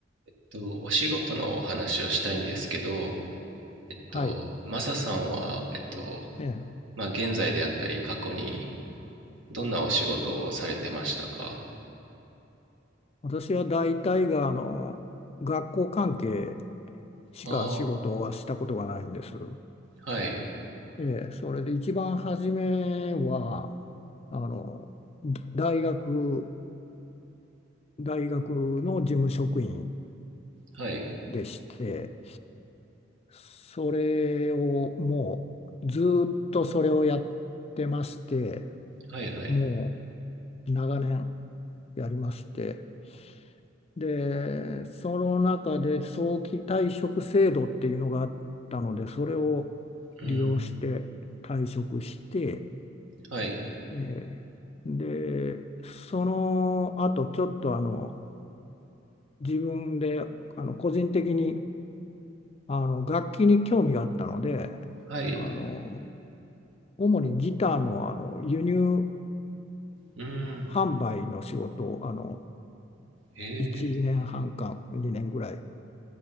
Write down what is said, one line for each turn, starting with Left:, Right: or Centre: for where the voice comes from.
Right: えっと、お仕事のお話をしたいんですけど、えっと、
Left: はい。
Right: マサさんは、えっと、
Left: ええ、
Right: まあ、現在であったり、過去にどんなお仕事をされてましたか
Left: 私は大体があの学校関係しか仕事はしたことがないんです。
Right: ああ、はい、
Left: ええ、それで一番初めはあの大学、大学の事務職員
Right: はい、
Left: でして、それをもうずっとそれをやってまして、
Right: はい、はい、
Left: もう長年やりまして、で、その中で早期退職制度っていうのがあったので、それを利用して退職して、
Right: うん、はい、
Left: えーで、その後ちょっとあの自分であの個人的にあの楽器に興味があったので、
Right: はい、
Left: あの主にギターの、あの輸入
Right: うん、
Left: 販売の仕事をあの
Right: へえ、
Left: 1年半か2年ぐらい